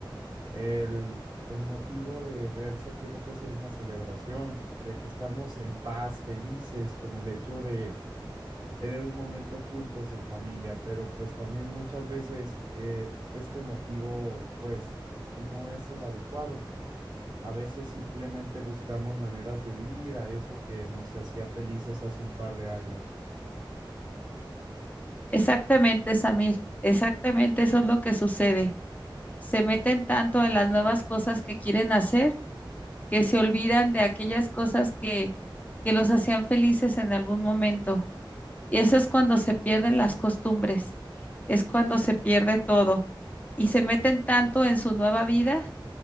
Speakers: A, on the right; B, on the left.
A: El, el motivo de verse tiene que ser una celebración, de que estamos en paz, felices con el hecho de tener un momento juntos en familia, pero pues también muchas veces eh, este motivo pues no es el adecuado. A veces simplemente buscamos maneras de huir a eso que nos hacía felices hace un par de años.
B: Exactamente, Samir, exactamente eso es lo que sucede. Se meten tanto en las nuevas cosas que quieren hacer que se olvidan de aquellas cosas que, que los hacían felices en algún momento. Y eso es cuando se pierden las costumbres, es cuando se pierde todo y se meten tanto en su nueva vida